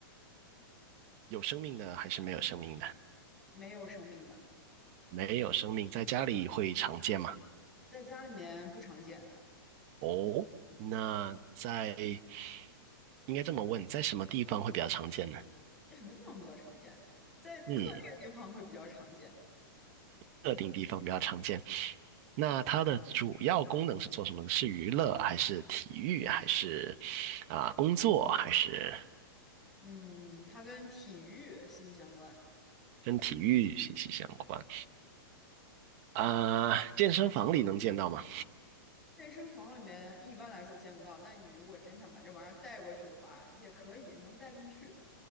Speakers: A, on the right; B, in the centre.
A: 有生命的还是没有生命的？
B: 没有生命的，
A: 没有生命，在家里会常见吗？
B: 在家里面不常见，
A: 哦，那在应该这么问，在什么地方会比较常见呢？
B: 在什么地方比较常见？在特定地方会比较常见。
A: 嗯，特定地方比较常见。那它的主要功能是做什么呢是娱乐还是体育还是啊、工作还是
B: 嗯，它跟体育息息相关。
A: 跟体育息息相关？啊、健身房里能见到吗？
B: 健身房里面一般来说见不到，但你如果真想把这玩意儿带过去的话，也可以，能带进去。